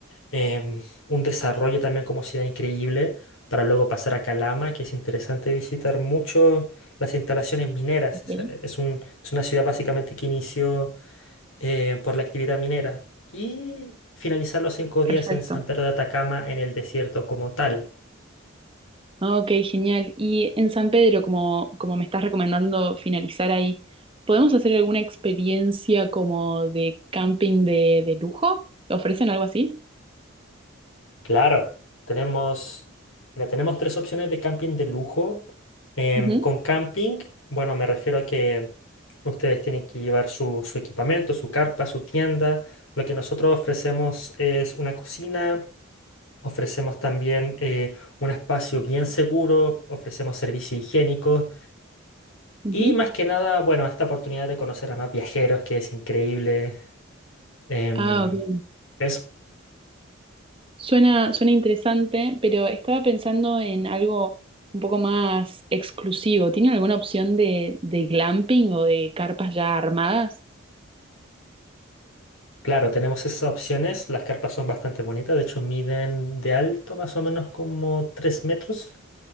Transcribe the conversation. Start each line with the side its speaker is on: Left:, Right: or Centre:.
Left: em, un desarrollo también como ciudad increíble, para luego pasar a Calama, que es interesante visitar mucho las instalaciones mineras.
Right: Ok,
Left: Es, eh, es un- es una ciudad básicamente que inició eh, por la actividad minera y finalizar los cinco
Right: Perfecto.
Left: días en San Pedro de Atacama en el desierto como tal.
Right: Ah, Ok, genial. Y en San Pedro, como, como me estás recomendando finalizar ahí, ¿podemos hacer alguna experiencia como de camping de, de lujo? ¿Ofrecen algo así?
Left: Claro, tenemos, mira, tenemos tres opciones de camping de lujo. Em,
Right: Ujú,
Left: con camping, bueno, me refiero a que ustedes tienen que llevar su, su equipamiento, su carpa, su tienda. Lo que nosotros ofrecemos es una cocina, ofrecemos también eh, un espacio bien seguro, ofrecemos servicios higiénicos
Right: ujú.
Left: y más que nada, bueno, esta oportunidad de conocer a más viajeros, que es increíble. Em,
Right: Ah, ok.
Left: eso.
Right: Suena, suena interesante, pero estaba pensando en algo un poco más exclusivo. ¿Tienen alguna opción de, de glamping o de carpas ya armadas?
Left: Claro, tenemos esas opciones. Las carpas son bastante bonitas. De hecho, miden de alto más o menos como 3 metros.